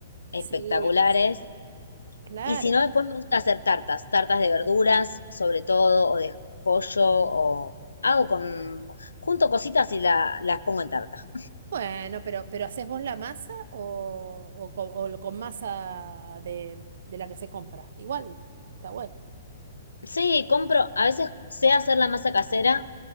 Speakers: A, on the left (about 85°); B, on the right (about 65°).
A: espectaculares.
B: sí, claro.
A: Y si no, después me gusta hacer tartas, tartas de verduras, sobre todo, o de pollo, o hago con, junto cositas y la- las pongo en tartas.
B: Bueno, pero, pero ¿haces vos la masa o, o, co- o lo- con, masa de, de la que se compra? Igual, está bueno.
A: Sí, compro, a veces sé hacer la masa casera,